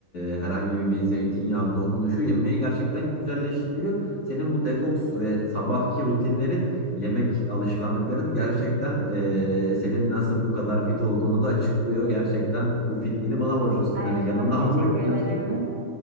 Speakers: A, on the left (about 35°); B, on the right (about 45°).
A: e, herhangi bir zeytinyağı dokunuşu yemeği gerçekten güzelleştiriyor. Senin bu detoks ve sabahki rutinlerin yemek alışkanlıkların gerçekten e, senin nasıl bu kadar fit olduğunu da açıklıyor. Gerçekten bu fitliğini buna borçlusun
B: Ay
A: demek.
B: canım
A: Yanında
B: teşekkür
A: hamur yiyorsun.
B: ederim.